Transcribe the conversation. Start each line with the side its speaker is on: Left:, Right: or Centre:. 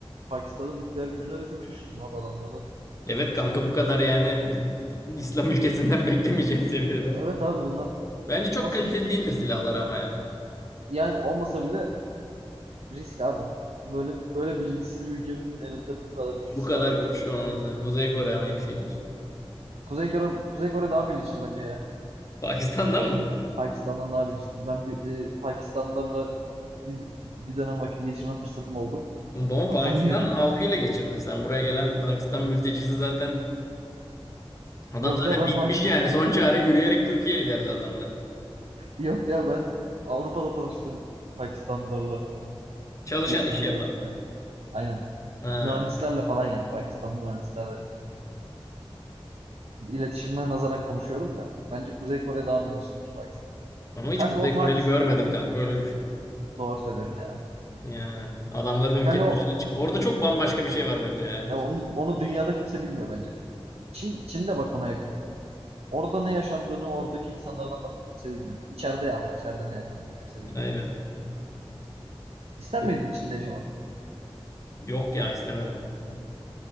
Right: Pakistan'ın nükleer gücüne de çok şaşırdım abi adamlarda.
Left: Evet
Right: Çok
Left: kanka
Right: ciddi
Left: bu
Right: bir
Left: kadar yani bir İslam ülkesinden <laughs> beklemeyeceğin seviyede.
Right: Evet abi bunlar
Left: Bence çok
Right: nasıl
Left: kaliteli değildir silahları ama ya.
Right: Yani olmasa bile risk abi. Böyle böyle bilinçsiz bir ülkenin elinde bu kadar güçlü
Left: Bu
Right: silahların
Left: kadar güç
Right: olması.
Left: olmasın. Kuzey Kore aynı şekil.
Right: Kuzey Kore, Kuzey Kore daha bilinçli bence ya.
Left: Pakistan'dan mı?
Right: Pakistan'dan daha bilinçli. Ben bir, e, Pakistanlılarla bir, bir dönem vakit geçirme fırsatım oldu.
Left: Ama
Right: Anlamıyor.
Left: Pakistan halkıyla geçirdin sen. Buraya gelen Pakistan mültecisi zaten adam
Right: Yok
Left: zaten
Right: ya ben
Left: bitmiş
Right: Pakistan
Left: yani. Son çare yürüyerek Türkiye'ye geldi adamlar.
Right: yok ya ben Avrupa'da tanıştığım Pakistanlılarla
Left: Çalışan
Right: geçirdiğim
Left: iş yapan.
Right: vakitte. Aynen.
Left: Ha.
Right: Mühendislerle falan yani Pakistanlı mühendislerle. İletişime nazaran konuşuyorum ben. Bence Kuzey Kore daha bilinçlidir Pakistan'dan.
Left: Ama hiç
Right: Kanka
Left: Kuzey
Right: o Pakistan
Left: Koreli görmedin kanka öyle düşün.
Right: Doğru söylüyorsun ya.
Left: Yani adamların ülkenin
Right: Kanka
Left: dışına
Right: o,
Left: çık. Orada çok bambaşka bir şey var bence ya.
Right: ya onu, onu dünyada kimse bilmiyor bence. Çin, Çin de bak buna yakın. Orada ne yaşandığını oradaki insanlardan bak kimse bilmiyor. İçeride ya, içeride ne yaşandığını kimse bilmiyor.
Left: Aynen.
Right: İster
Left: Çok,
Right: miydin Çin'de yaşamak?
Left: yok ya istemezdim.